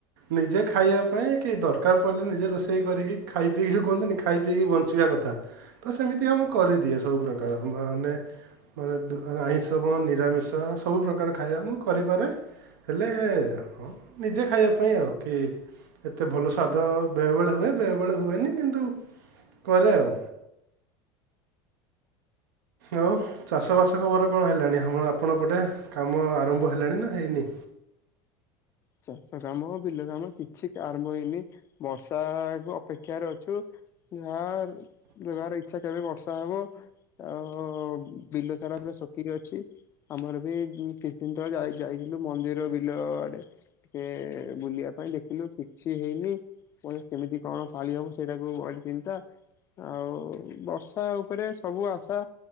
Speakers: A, on the right; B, on the left.
A: ନିଜେ ଖାଇବା ପାଇଁ କି ଦରକାର ପଡ଼ିଲେ ନିଜେ ରୋଷେଇ କରିକି ଖାଇ ପିଇକି ଯୋଉ କୁହନ୍ତିନି ଖାଇ ପିଇକି ବଞ୍ଚିବା କଥା ତ ସେମିତିକା ମୁଁ କରିଦିଏ ସବୁ ପ୍ରକାର ମାନେ ମାନେ ଆଇଁଷ ତମ ନିରାମିଷ ସବୁ ପ୍ରକାର ଖାଇବା ମୁଁ କରିପାରେ। ହେଲେ ହଁ ନିଜେ ଖାଇବା ପାଇଁ ଆଉ କି ଏତେ ଭଲ ସ୍ୱାଦ ବେଳେବେଳେ ହୁଏ ବେଳେବେଳେ ହୁଏନି କିନ୍ତୁ କରେ ଆଉ। ଆଉ ଚାଷବାସ ଖବର କଣ ହେଲାଣି। ଆମ ଆପଣଙ୍କ ପଟେ କାମ ଆରମ୍ଭ ହେଲାଣି ନା ହେଇନି?
B: ଚାଷ କାମ, ବିଲ କାମ, କିଛି ଆରମ୍ଭ ହେଇନି ବର୍ଷା କୁ ଅପେକ୍ଷାରେ ଅଛୁ ଯାହା ବ୍ଯବହାର ଇଚ୍ଛା କେବେ ବର୍ଷା ହବ। ଆଉ ବିଲ ସାରା ପା ଶଖିକି ଅଛି। ଆମର ବି କିଛି ଦିନ ତଳେ ଯାଇ ଯାଇଥିଲୁ ମନ୍ଦିର ବିଲ ଆଡେ। ଇଏ ବୁଲିବା ପାଇଁ ଦେଖିଲୁ କିଛି ହେଇନି କହିଲି କେମିତି କଣ ପାଳି ହବ ସେଇଟାକୁ ବି ମୋରି ଚିନ୍ତା ଆଉ ବର୍ଷା ଉପରେ ସବୁ ଆଶା